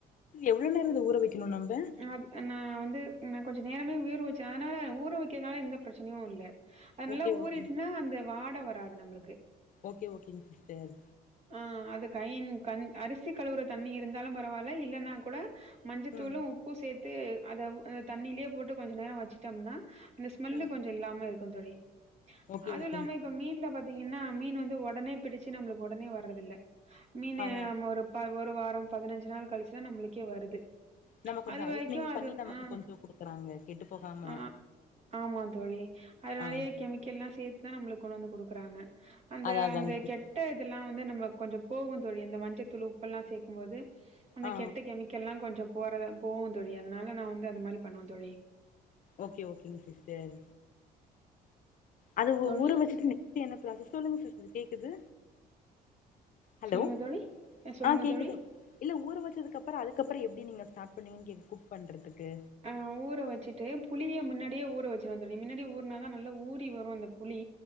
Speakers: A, on the left (about 50°); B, on the right (about 40°).
A: எவ்ள நேரோ அத ஊற வைக்கணு நம்ப
B: அது நா வந்து நா கொஞ்ச நேரமே ஊற வைச்சே அதனால ஊற வைக்கறதுனால எந்த பிரச்சனையு இல்ல அது நல்லா
A: ஓகே
B: ஊறிட்னா
A: ஓகேங்
B: அந்த வாட வராது நம்ளுக்கு
A: ஓகே ஓகேங் சிஸ்டர்
B: ஆ அது கையின் க அரிசி கழுவுற தண்ணி இருந்தாலு பரவால்ல இல்லன்னா கூட மஞ்சதூளு
A: ம்
B: உப்பு சேத்து அத அ தண்ணிலே போட்டு கொஞ்சோ நேரோ வச்சிட்டம்னா அந்த ஸ்மெல்லு
A: ம்
B: கொஞ்சோ இல்லாம இருக்கு தோழி
A: ஓகே
B: அது
A: ஓகேங்
B: இல்லாம இப்ப மீன்ல பாத்தீங்கன்னா மீனு வந்து ஒடனே பிடிச்சி நம்மளுக் ஒடனே வர்றது இல்ல மீனு
A: அதா
B: ஒரு ப ஒரு வாரோ பதினஞ்சு நாள் கழிச்சி தா நம்ளுக்கே வருது
A: நம்ம கொஞ்சோ
B: அது வரைக்கு
A: ஐஸ்சிங் பண்ணி
B: அது
A: நமக்
B: ஆ
A: கொஞ்சோ குடுக்குறாங்க கெட்டு போகாம
B: ஆ ஆமா தோழி அது நறைய
A: ஆ
B: கெமிக்கல்லா சேத் து தா நம்ளுக்கு கொண்டு வந்து குடுக்குறாங்க அந்த
A: அதா அதாங்
B: அந்த கெட்
A: சிஸ்
B: கெட்ட இதல்லா வந்து நமக் கொஞ்சோ போகு தோழி இந்த மஞ்சதூள் உப்பு எல்லா சேக்கும்போது அந்த
A: ஆ
B: கெட்ட கெமிக்கெல்லா கொஞ்சோ போறத போவு தோழி அதனால நா வந்து அது மாரி பண்ணுவே தோழி
A: ஓகே ஓகேங் சிஸ்டர் அது ஊ
B: தோழி
A: ஊற வச்சிட்டு நெக்ஸ்ட் என்ன பிராசஸ் சொல்லுங்க சிஸ்டர் கேக்குது ஹலோ
B: சொல்லுங்க தோழி சொல்லுங்க
A: ஆ கேக்குதுங்
B: தோழி
A: இல்ல ஊற வச்சதுக்கப்பற அதுக்கப்பற எப்டி நீங்க ஸ்டார்ட் பண்ணுவீங் கேக் குக் பண்றத்துக்கு
B: அ ஊற வச்சிட்டு புளிய மின்னடியே ஊற வச்சிருவே தோழி மின்னடி ஊர்னாதா நல்லா ஊறி வரு அந்த புளி